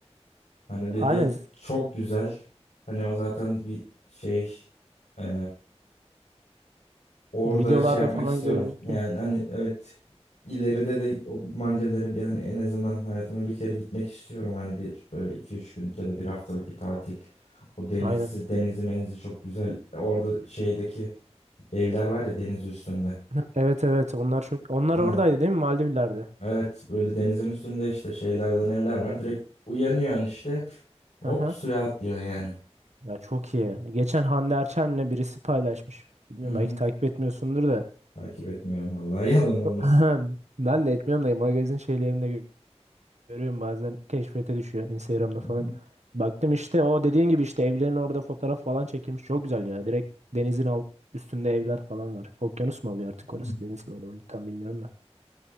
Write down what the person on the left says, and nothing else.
Hani bir
de
çok güzel. Hani o zaten bir şey eee, orada
şey yapmak
istiyorum.
Yani hani evet ileride de o Maldivlere bir hani en azından hayatımda bir kere gitmek istiyorum. Hani bir böyle iki üç günlük ya da bir haftalık bir tatil. O denizi,
denizi menizi çok güzel. Orada şeydeki evler var ya deniz üstünde.
Ay,
evet böyle denizin üstünde işte şeylerden evler var. Direkt uyanıyorsun işte. Hop
suya atlıyorsun yani.
Hı hı.
Takip etmiyorum vallahi <laughs> yalan olmasın.
Hı
hı.
Hı.